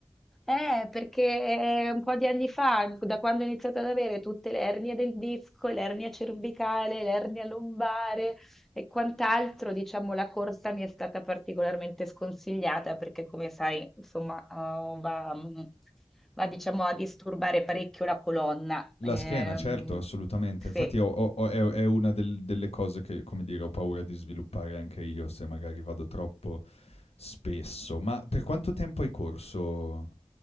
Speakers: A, in the centre; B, on the left.
A: Eh, perché eh, un po' di anni fa, da quando ho iniziato ad avere tutte le ernie del disco, l'ernia cervicale, l'ernia lombare e quant'altro, diciamo, la corsa mi è stata particolarmente sconsigliata perché, come sai, insomma, eh, va, mm, va, diciamo, a disturbare parecchio la colonna. Ehm,
B: La schiena, certo, assolutamente.
A: sì.
B: Infatti ho ho ho è è una del delle cose che, come dire, ho paura di sviluppare anche io se magari vado troppo spesso. Ma per quanto tempo hai corso